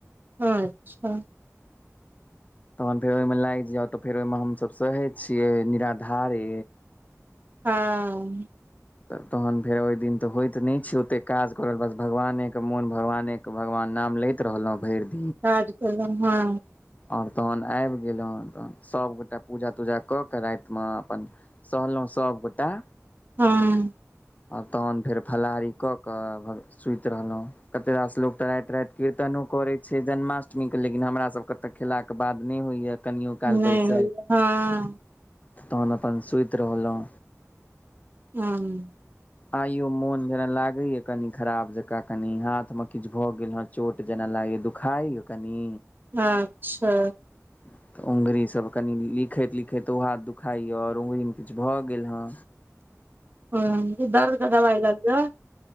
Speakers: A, on the right; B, on the left.
A: अच्छा,।
B: तहन फेर, ओहिमे लागि जाउ, तऽ फेर ओहिमे, हमसभ सहे छियै निराधारे।
A: हाँ।
B: तऽ तहन फेर ओहि दिन तऽ होइत नहि छैय ओतेक काज करल बस भगवानेके मोन भगवानेके। त भगवान नाम लैत रहलहुँ भरि दिन
A: काज केलौं हाँ।
B: और तखन आबि गेलहुँ त सभगोटा पूजा तूजा कऽ कऽ रातिमे अपन सहलहुं सभगोटा
A: हुँ।
B: आ तखन फेर फलाहारी कऽ कऽ भल सुति रहलहुँ कते रास लोक सब त राति राति कीर्तनो करै छैय जन्माष्टमी के लेकिन हमरा सबके तऽ खेला के बाद नहि होइये कनियो काल
A: नहि
B: बैसल।
A: होइया हँ
B: तखन अपन सुति रहलहुँ।
A: हुँ।
B: आइयो मोन जना लागे या कनि खराब जकाँ कनि हाथ मे किछु भए गेल हें। चोट जना लागय दुखाइ कनि
A: अच्छा।
B: <inaudible> तऽ उँगली सभ कनि लिखैत लिखैत ओ हाथ दुखाइए और उँगलीमे किछु भऽ गेल हेँ।
A: हुं त दर्द के दबाइ ल लिअ।